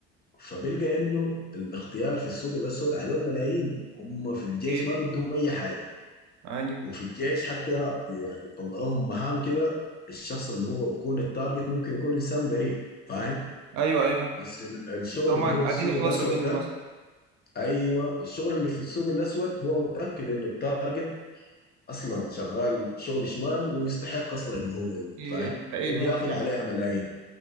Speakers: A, on the left (about 30°); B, on the right (about 65°).
A: فبيلقى إنه الاغتيال في السوق الأسود عليه ملايين هم في الجيش
B: ايه
A: ما بدهم أي حاجة
B: ايوه
A: وفي الجيش حتى بي- يعني بيطلعوهم مهام كده الشخص اللي هو بيكون التارجت ممكن يكون إنسان بريء فاهم
B: ايوه ايوه فاهم
A: بس ال- الشغل
B: بس هما
A: اللي هو في
B: عايزين
A: السوق
B: يخلصوا
A: الأسود
B: منه
A: ده
B: مثلا
A: ايوه الشغل اللي في السوق الاسود هو متاكد انه التارجت اصلا شغال شغل شمال ويستحق اصلا انه هو يموت
B: ايه
A: فاهم
B: ايه
A: وبياخد
B: موت يعني
A: عليها ملايين